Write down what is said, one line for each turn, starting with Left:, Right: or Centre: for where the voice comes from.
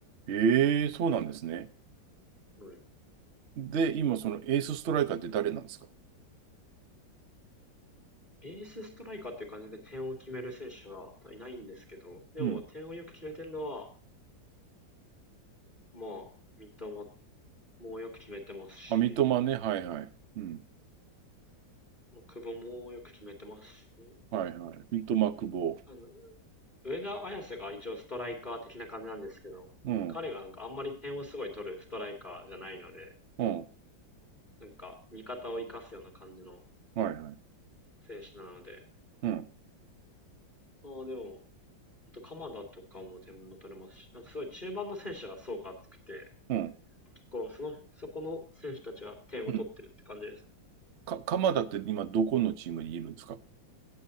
Right: ええそうなんですね。
Left: うん。
Right: で、今そのエースストライカーって誰なんですか
Left: エースストライカーっていう感じで点を決める選手はいないんですけど、でも点をよく決めてるのは、
Right: うん
Left: まあ、三笘もよく決めてますし、
Right: あ、三笘ね。はいはい。うん。
Left: まあ久保もよく決めてますし、
Right: はいはい。三笘久保。
Left: あの、上田綺世が一応ストライカー的な感じなんですけど、
Right: うん。
Left: 彼がなんかあんまり点をすごい取るストライカーじゃないので、
Right: うん。
Left: なんか味方を生かすような感じの
Right: はいはい。
Left: 選手なので、
Right: うん。
Left: まあでも、あと鎌田とかも点も取れますし、なんかすごい中盤の選手が層が厚くて、
Right: うん。
Left: 結構その、そこの選手たちが点を取ってるって感じですね。
Right: うん。か、鎌田って今どこのチームにいるんですか